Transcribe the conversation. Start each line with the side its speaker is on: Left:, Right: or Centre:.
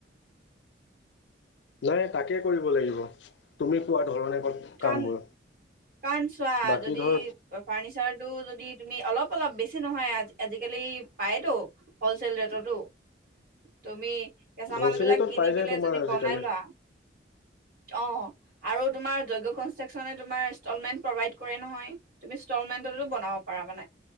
Left: নাই তাকে কৰিব লাগিব তুমি কোৱা ধৰণে কামবোৰ
Right: কাৰণ কাৰণ চোৱা
Left: বাকী
Right: যদি
Left: ধৰ
Right: ফাৰ্নিচাৰটো যদি তুমি অলপ অলপ বেছি নহয় আ আজিকালি পায়তো হলচেল ৰেটতো, তুমি কেঁচা
Left: হলচেলতো
Right: মাল বিলাক কিনি
Left: পাই
Right: পেনে
Left: যায় তোমাৰ
Right: যদি
Left: আজিকালি।
Right: বনাই লোৱা। অ আৰু তোমাৰ যজ্গ্য কনষ্ট্ৰাকচনে তোমাৰ ইনষ্টলমেন্ট প্ৰভাইড কৰে নহয়। তুমি ইনষ্টলমেন্টোটো বনাব পাৰা মানে,